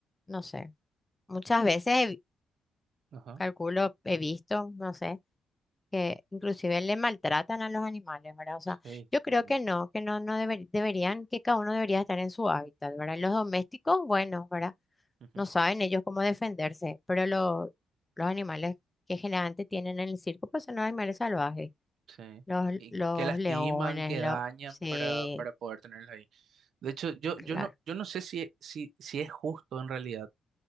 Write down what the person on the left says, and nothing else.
no sé, muchas veces he vi-
calculo, he visto, no sé que inclusive le maltratan a los animales, ¿verdad? O sea,
yo creo
que no, que no, no deber- deberían, que cada uno debería estar en su hábitat, ¿verdad? Los domésticos, bueno, ¿verdad?
No saben ellos cómo defenderse, pero lo- los animales que generalmente tienen en el circo, pues son los animales salvajes,
los,
los
leones,
los...
Sí,
claro,